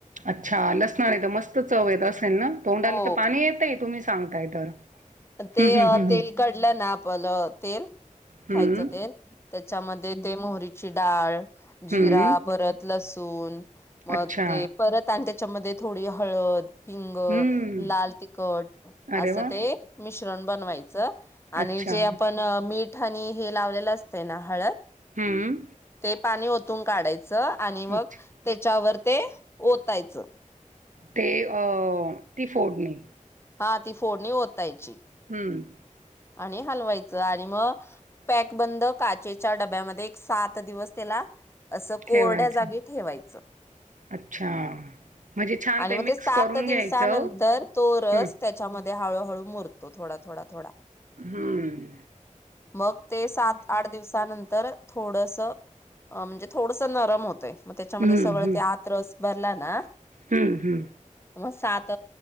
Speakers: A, on the right; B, on the left.
A: अच्छा लसनानं एकद मस्त चव येत असं तोंडाला
B: हो
A: तं पाणी येतंय तुम्ही सांगताय तर.
B: ते
A: हं, हं, हं,
B: तेल
A: हं.
B: कढलं ना आपलं तेल
A: हं,
B: खायचं तेल त्याच्यामध्ये ते मोहरीची डाळ जिरा
A: हं, हं.
B: परत लसूण दोन मग
A: अच्छा.
B: ते परत आणि ते त्याच्यामध्ये थोडी हळद हिंग,
A: हं.
B: लाल, तिखट
A: अरे
B: असं
A: वाह!
B: ते मिश्रण बनवायचं आणि
A: अच्छा.
B: जे आपण मीठ आणि हे लावलेलं असतय ना हळद
A: हं.
B: ते पाणी ओत. पुसून काढायचं आणि मग
A: अच्छा.
B: त्याच्यावर ते ओतायचं.
A: ते अ ती फोडणी
B: हा ती फोडणी ओतायची.
A: हम्म
B: आणि हलवायचं आणि मग पॅक बंद काचेच्या डब्यामध्ये एक सात दिवस त्याला असं कोरड्या
A: ठेवायचं.
B: जागी ठेवायचं
A: अच्छा. म्हणजे छान
B: आणि मग
A: मिक्स
B: ते सात
A: करून
B: दिवसानंतर
A: घ्यायचं.
B: तो रस
A: हं,
B: त्याच्यामध्ये ते हळूहळू मुरतो थोडा थोडा थोडा
A: हं.
B: मग ते सात आठ दिवसानंतर थोडंसं म्हणजे थोडंसं नरम होत. होतेय मग त्याच्यामध्ये
A: हं,
B: सगळं
A: हं.
B: ते आत रस भरला ना
A: हं, हं.
B: मस्त होतेय. सात